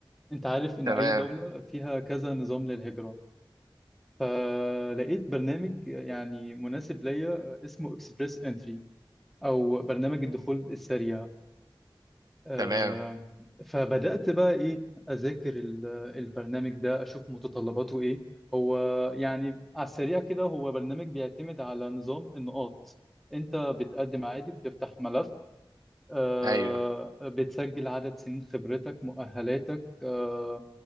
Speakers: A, in the centre; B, on the right.
A: انت عارف ان
B: تمام
A: اي دولة فيها كذا نظام للهجرة فلقيت برنامج يعني مناسب ليا اسمه اكسبريس انتري او برنامج الدخول السريع آه،
B: تمام
A: فبدأت بقى ايه اذاكر ال- البرنامج ده اشوف متطلباته ايه هو يعني على السريع كده هو برنامج بيعتمد على نظام النقاط انت بتقدم عادي بتفتح ملف آه،
B: ايوه
A: بتسجل عدد سنين خبرتك مؤهلاتك آه،